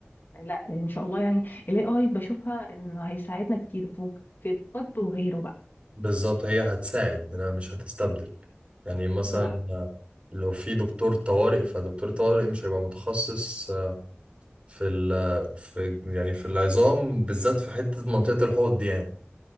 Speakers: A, on the left (about 55°); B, on the right (about 30°).
A: لا ان شاء الله يعني الاي اي بشوفها انه هيساعدنا كتير في في الطب وغيره بقى
B: بالظبط هي هتساعد أنا مش هتستبدل يعني مثلا
A: نعم
B: لو في دكتور طوارئ فدكتور طوارئ مش هيبقى متخصص في ال في يعني في العظام بالذات في حتة منطقة الحوض دي يعني